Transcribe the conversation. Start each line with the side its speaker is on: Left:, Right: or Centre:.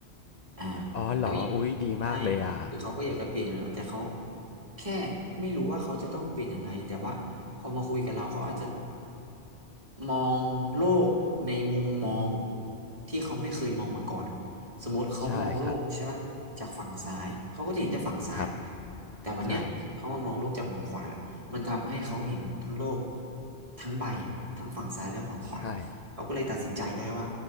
Right: อ่า
Left: อ๋อเหรออุ้ยดีมากเลยอ่ะ
Right: แล้วยิ่งใช่คือเขาก็อยากจะเปลี่ยนอยู่แล้วแต่เขาแค่ไม่รู้ว่าเขาจะต้องเปลี่ยนยังไงแต่ว่าพอมาคุยกับเราเขาอาจจะ มองโลกในมุมมองที่เขาไม่เคยมองมาก่อนอะสมมติเขามองโลกใช่ปะจากฝั่งซ้ายเขาก็จะเห็นจากฝั่งซ้าย
Left: ใช่ครับครับ
Right: แต่วันเนี้ยเขามามองโลกจากฝั่งขวาแล้วมันทำให้เขาเห็นทั้งโลก
Left: ใช่
Right: ทั้งใบทั้งฝั่งซ้ายและฝั่งขวา
Left: ใช่
Right: เขาก็เลยตัดสินใจได้ว่า